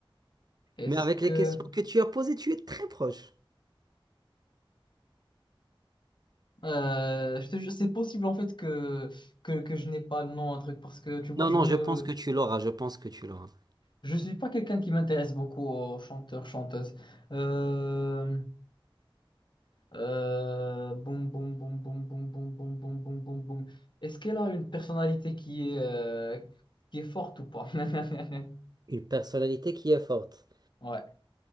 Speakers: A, on the left; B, on the right.
A: est-ce
B: Mais avec les
A: que,
B: questions que tu as posées, tu es très proche.
A: euh, je te jure, c'est possible en fait que, que, que je n'ai pas le nom, un truc, parce que tu vois,
B: Non,
A: je
B: non,
A: me,
B: je pense que tu l'auras, je pense que tu l'auras.
A: je suis pas quelqu'un qui m'intéresse beaucoup aux chanteurs, chanteuses. Euh, Euh, boum, boum, boum, boum, boum, boum, boum, boum, boum, boum, boum. Est-ce qu'elle a une personnalité qui est, euh, qui est forte ou pas? <laughs>
B: Une personnalité qui est forte.
A: Ouais,